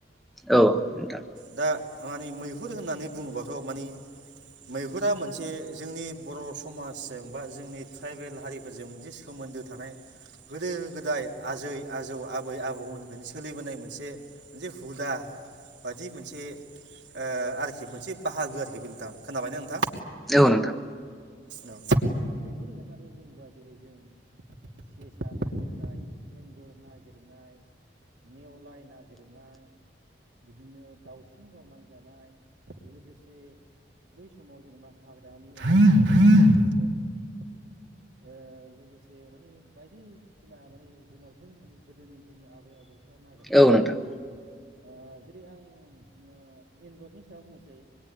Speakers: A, in the centre; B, on the right.
A: औ नोंथां
B: दा माने मैहुर होननानै बुङोबाथ' माने मैहुरा मोनसे जोंनि बर' समाजजों बा जोंनि <unintelligible> हारिफोरजों मोनसे सोमोन्दो थानाय गोदो गोदाय आजै आजौ आब आबै आबौमोननिफ्रायनो सोलिबोनाय मोनसे मोनसे हुदा बादि मोनसे ओ आरोखि मोनसे बाहागो आरोखि बिददा खोनाबायना नोंथां
A: औ नोंथां
B: औ मैहुर होननानै बुङोबा जेरै जों सेसा नागिरनाय एन्जर नागिरनाय नेवलाय नागिरनाय बिदिनो दाउसिन गावननानै जानाय लोगोसे बै समाव जेनेबा हाग्रानि ओ लोगोसे माने बायदिसिना माने जुनारफोर माने गोदोनि जोंनि आबै आबौ नागिर ना
A: औ
B: जायोमोन
A: नोंथां
B: आरोख ओ जेरै आं ओ एन्जरनि सायाव बुंनोसै